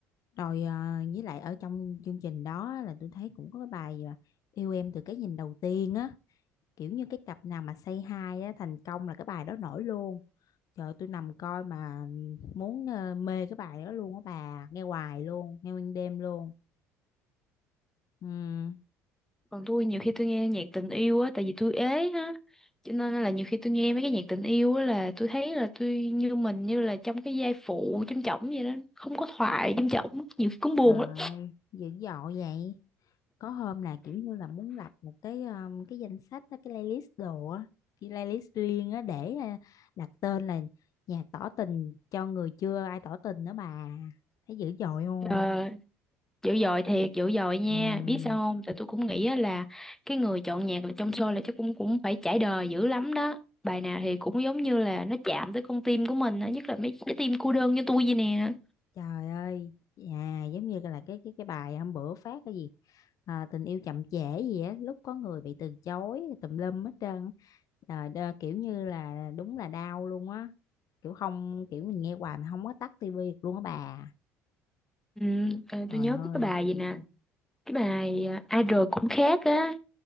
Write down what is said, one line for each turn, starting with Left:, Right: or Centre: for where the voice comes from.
Left: rồi ờ, với lại ở trong chương trình đó á, là tôi thấy cũng có cái bài à, yêu em từ cái nhìn đầu tiên á kiểu như cái cặp nào mà say hi á thành công là cái bài đó nổi luôn Trời ơi, tôi nằm coi mà muốn ờ, mê cái bài đó luôn á bà, nghe hoài luôn, nghe nguyên đêm luôn. Ừm,
Centre: còn tôi nhiều khi tôi nghe nhạc tình yêu á tại vì tôi ế á cho nên là nhiều khi tôi nghe mấy cái nhạc tình yêu á là tôi thấy là tôi như mình như là trong cái giai phụ trong chổng vậy đó không có thoại trong chổng nhiều khi cũng buồn
Left: trời ơi,
Centre: lắm
Left: dữ dội vậy. Có hôm là kiểu như là muốn lập một cái um, cái danh sách á, cái playlist đồ á, cái playlist riêng á để ờ, đặt tên là nhạc tỏ tình cho người chưa ai tỏ tình nữa bà. Thấy dữ dội không?
Centre: Ờ, dữ dội thiệt dữ dội nha
Left: Ừm.
Centre: biết sao không tại tôi cũng nghĩ á là cái người chọn nhạc là trong show là chắc cũng cũng phải trải đời dữ lắm đó bài nào thì cũng giống như là nó chạm tới con tim của mình á nhất là mấy cái tim cô đơn như tôi vậy nè
Left: Trời ơi, à, giống như là cái cái cái bài hôm bữa phát cái gì à, tình yêu chậm trễ gì á, lúc có người bị từ chối tùm lum hết trơn. á. Trời đơ, kiểu như là đúng là đau luôn á. Kiểu không kiểu mình nghe hoài mà không có tắt tivi được luôn á bà.
Centre: ừ, ờ,
Left: Trời
Centre: tôi nhớ
Left: ơi.
Centre: có cái bài gì nè cái bài à, idol cũng khác á